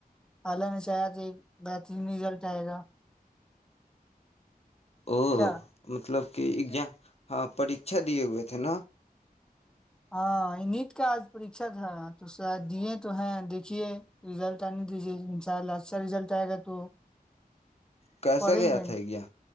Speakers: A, in the centre; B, on the left.
A: حال نے چاہا تھ گتری میں جل جائے گا
B: ا
A: کیا
B: مطلب کہ ایزام ہاں پرریھا دیے ہوئے تھے ن
A: ہاں نیٹ کا آج پریچا تھا تو تو دیے تو ہیں دیکھیے رزلٹ آنے دیجیے ان شاء اللہ اچھا رزلٹ آئے گا تو
B: کیسا
A: پڑھیں
B: گیا
A: گے
B: تھا گیا